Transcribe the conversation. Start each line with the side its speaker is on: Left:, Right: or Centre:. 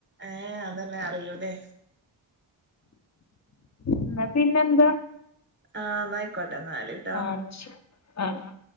Right: ഏഹ് അതല്ലെ അറിയൂല്ലേ
Left: എന്നാ പിന്നെന്താ?
Right: ആഹ് ന്ന അയിക്കോട്ടെ ന്നാല്
Left: ആഹ് <unintelligible> ആഹ് അഹ്